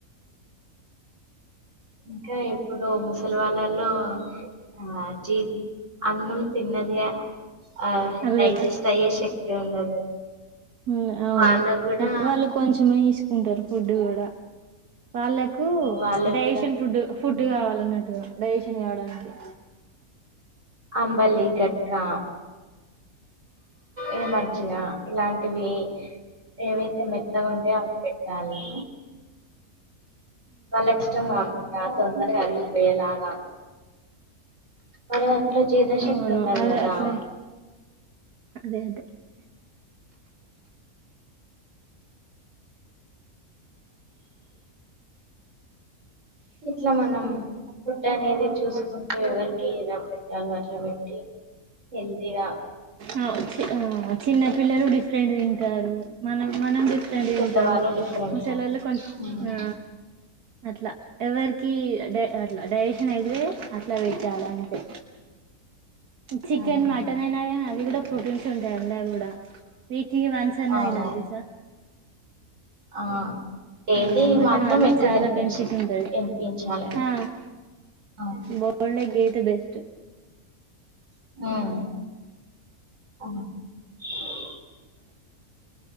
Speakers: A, on the right (about 55°); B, on the right (about 85°).
A: ఇంకా ఎప్పుడో ముసలివాల్లలో ఆ జ అన్నం తిన్నది ఆ
B: అదిగ
A: డైజెస్ట్ అయ్యే శక్తి ఉండదు
B: ఉ అవును
A: వాళ్ళ కూడా
B: వాళ్ళు కొంచమేసుకుంటారు ఫుడ్ కూడా వాళ్ళకు
A: వాళ్ళ
B: డైజెషన్
A: కూడా
B: ఫుడ్ ఫుడ్
A: ఉమ్,
B: కావాలన్నట్టుగా డైజేషన్ కావడానికి
A: అంబలి గట్కా ఇ మజ్జగా ఇలాంటివి ఏవైతే మెత్తగ ఉంటాయో అవి పెట్టాలి వాళ్ళకి ఇష్టం కాకుండా తొందరగా అరిగిపోయేలాగా అ లో జీర్ణశక్తి
B: అవును
A: ఉండదు
B: అదే
A: కదా
B: అట్లే అదే అదే
A: ఇట్లా మనం ఫుడ్ అనేది చూసుకుంటూ ఎవరికి ఎలా పెట్టాలో అట్ల పెట్టి హిందీగా
B: ఆ చిన్న పిల్లలు డిఫరెంట్ వింటారు మనం మనం డిఫరెంట్ వింటాం
A: పెద్దవాళ్ళు డిఫరెంట్
B: ముసలొల్లు కొంచం
A: ఉమ్,
B: ఆ అట్లా ఎవరికి డై అట్లా డైజేషన్ అయితే అట్ల వెట్టాలా అంతే చికెన్
A: ఉమ్,
B: మటన్ అయినా అవి కూడా ప్రోటీన్స్ ఉం డా వీక్లీ వన్స్ అన్న
A: అవును
B: దినాలి తెలుసా
A: ఆ డైలీ
B: ఆ మటన్
A: మాత్రం
B: వల్ల
A: ఎగ్
B: చాలా
A: తినిపించ
B: బెనిఫిట్ ఉంటది
A: తినిపించాలి
B: ఆ
A: అవును
B: బోల్డ ఏ గేద బెస్ట్
A: ఉ